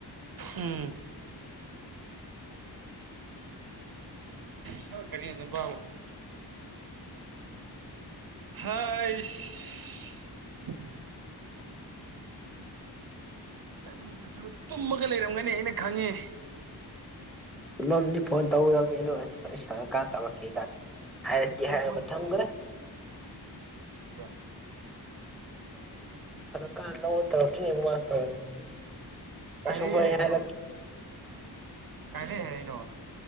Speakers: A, on the right; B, in the centre.
A: ꯎꯝ ꯁ ꯀ ꯅ ꯀ ꯍꯁꯁꯨ ꯇꯨꯝꯃꯒ ꯂꯩꯔꯝꯒꯅꯤ ꯑꯩꯅ ꯈꯪꯉꯦ
B: ꯆꯨꯝꯂꯝꯅꯤ ꯐꯣꯟ ꯇꯧꯔꯝꯅꯤ ꯑꯗꯣ ꯁꯀꯥꯟ ꯇꯧꯔꯛꯀꯦꯒꯥꯏ ꯍꯥꯏꯁꯤ ꯍꯥꯏꯕꯊꯪ
A: ꯐꯣꯟ
B: ꯃꯔꯦ
A: ꯎꯝ
B: ꯑ ꯅꯣ ꯇꯔꯣꯇꯔꯤꯅꯤꯃ ꯁ
A: ꯀꯥꯏ
B: ꯑꯁ
A: ꯂꯩꯔꯤ
B: ꯍ
A: ꯍꯥꯏꯔꯛꯏꯅꯣꯕ
B: ꯍꯥꯏꯒ
A: ꯀꯥꯏ ꯂꯩ ꯍꯥꯏꯔꯛꯏꯅꯣꯕ